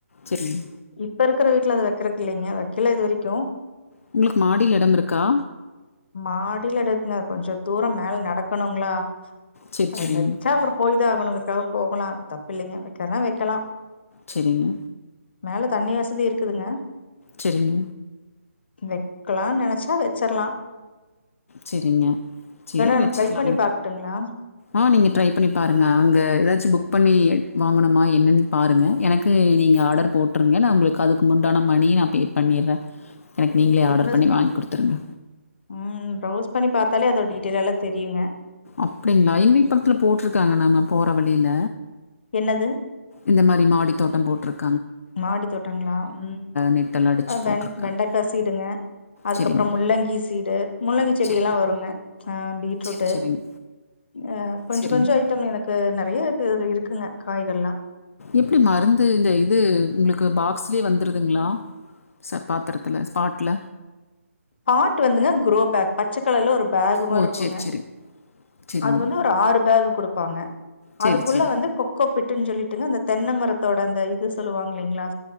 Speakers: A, on the left; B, on the left.
A: சரிங்க
B: இப்ப இருக் விக்கிற வீட்ல அத வைக்கிறது இல்லிங்க வைக்கல இது வரைக்கும்
A: உங்குளுக்கு மாடில இடம் இருக்கா
B: மாடியில எடுக்குங்க கொஞ்சம் தூரம் மேல நடக்கணுங்களா
A: சரி
B: அது
A: சரிங்க
B: வச்சா அப்றோ போய் தா போனதுக்காக போகலாம் தப்பு இல்லங்க வைக்கனும்னா வைக்கலாம்
A: செரிங்க
B: மேல தண்ணி வசதி இருக்குதுங்க
A: செரிங்க
B: வெக்கலாம்னு நினைச்சா வெச்சிரலாம்
A: செரிங்க சேரி
B: நான்
A: வச்சுரலாங்க
B: ட்ரை பண்ணி பாக்கட்டுங்களா
A: ஆ நீங்க ட்ரை பண்ணி பாருங்க அங்க எதாச்சு புக் புக் பண்ணி வாங்கணுமா என்னென்னு பாருங்கள் எனக்கு நீங்க ஆர்டர் போட்ருங்க ந உங்களுக்கு அதுக்கு உண்டான மணி ந பே பண்ணிறேன் எனக் நீங்களே
B: இன்வெஸ்
A: ஆடர் பண்ணி வாங்கி குடுத்துருங்க
B: ம் ப்ரௌஸ் பண்ணி பாத்தாலே அதோ டீடைல் எல்லா தெரியுங்க
A: அப்டிங்ளா எங்க வீட் பக்கத்துல போட்ருக்காங்கள நா போற வழில
B: என்னது
A: இந்த மாரி மாடித்தோட்டம் போட்டிருக்
B: மாடி தோட்டங்களா ம்
A: நெட் எல்லாம் அடிச்சு போட்டிருக்காங்க.
B: வெண் வெண்டக்கா சீடுங்க அதுக்கப்றோ
A: சரிங்க.
B: முள்ளங்கி சீடு முள்ளங்கி செடிலாம்
A: சரிங்க.
B: வருங்க ஆ பீட்ரூட்டு்
A: சரி, சரிங்க.
B: அ கொஞ்ச
A: சரிங்க.
B: கொஞ்ச ஐட்டம் எனக்கு நெறைய இது இருக்குங்க காய்கள்லாம்
A: எப்படி மருந்து இந்த இது உங்களுக்கு பாக்ஸ்லே வந்துருங்களா ச பாத்திரத்துல ஸ்பாட்ல
B: பாட் வந்துங்க க்ரோ பேக் பட் பச்சகலர்ல ஒரு பேக் மாரி
A: ஓ!
B: இருக்குங்க
A: சரி, சரி. சரிங்க.
B: அது வந்து ஒரு ஆறு பேக் குடுப்பாங்க
A: சரி,
B: அதுக்குள்ள
A: சரி.
B: வந்து கொக்கோ பிட்டுன்னு சொல்லிட்டுங்க அந்த தென்ன மரத்தோட அந்த இது சொல்லுவாங்க இல்லங்களா